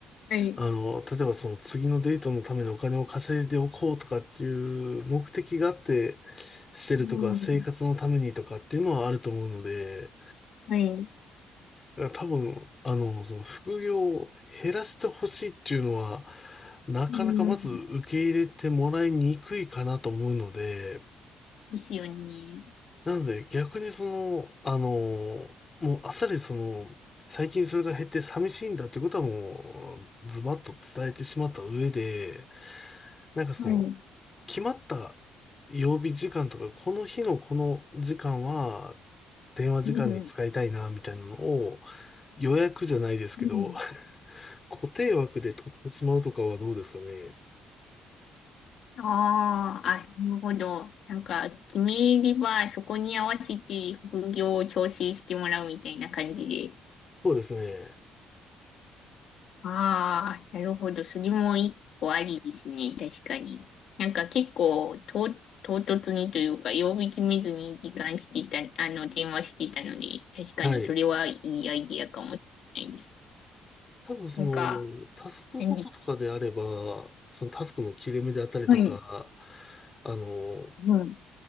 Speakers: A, on the left (about 65°); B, on the left (about 30°).
A: はい。
B: あの、例えばその次のデートのためのお金を稼いでおこうとかっていう目的があってしてるとか、
A: うん。
B: 生活のためにとかっていうのはあると思うので、
A: はい。
B: だから多分、あの、その副業を減らしてほしいっていうのは、なかなかまず受け入れてもらいにくいかなと思うので、
A: うん。ですよね。
B: なので逆にその、あの、もうあっさりその、最近それが減って寂しいんだってことはもう、ズバッと伝えてしまった上で、なんかその、
A: はい。
B: 決まった曜日時間とか、この日のこの時間は、電話時間に使いたいな、
A: うん。
B: みたいなのを、予約じゃないですけど、
A: うん。
B: 固定枠で取ってしまうとかはどうですかね。
A: ああ、あ、なるほど。なんか、決めれば、そこに合わせて副業を調整してもらうみたいな感じで。
B: そうですね。
A: ああ、なるほど。それも一個ありですね。確かに。なんか結構、と、唐突にというか、曜日決めずに時間してた、あの、電話してたので、確かにそれはいいアイディアかもしれないです。
B: はい。多分その、
A: なんか、
B: タスクごととかであれば、
A: 何です
B: そのタスクの切れ目であったりとか、
A: はい。
B: あの、
A: うん